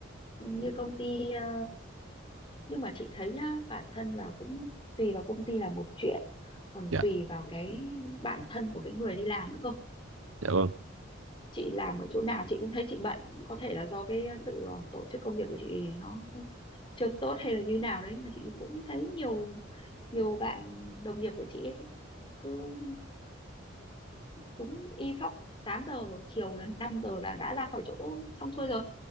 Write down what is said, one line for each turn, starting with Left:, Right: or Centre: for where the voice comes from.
Left: như công ty ờ, nhưng mà chị thấy nhá bản thân là cũng tùy vào công ty là một chuyện còn
Right: dạ
Left: tùy vào cái bản thân của cái người đi làm nữa cơ
Right: dạ vâng
Left: chị làm ở chỗ nào chị cũng thấy chị bận có thể là do cái sự ờ, tổ chức công việc của chị nó chưa tốt hay là như nào đấy mà chị cũng thấy nhiều nhiều bạn đồng nghiệp của chị ấy, cứ đúng y phóc 8 giờ chiều là 5 giờ là đã ra khỏi chỗ xong xuôi rồi